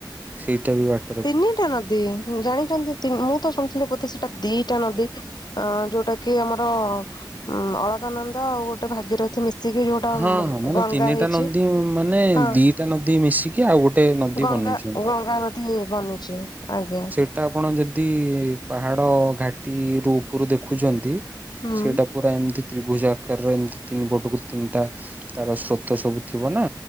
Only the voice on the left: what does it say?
ତିନିଟା ନଦୀ ଜାଣିଚନ୍ତି ମୁଁ ତ ଶୁ ଥିଲେ ବୋଧେ ସେଟା ଦିଇଟା ନଦୀ ଅ ଯୋଉଟା କି ଆମର ହୁଁ ଅଳକାନନ୍ଦ ଆଉ ଗୋଟେ ଗୋଟେ ଭାଗିରଥି ମିଶିକି ଯୋଉଟା
ଗଙ୍ଗା
ହେଇଚି
ହଁ।
ଗଙ୍ଗା
ଗଙ୍ଗା ନଦୀ ବନିଚି ଆଜ୍ଞା।
ହୁଁ।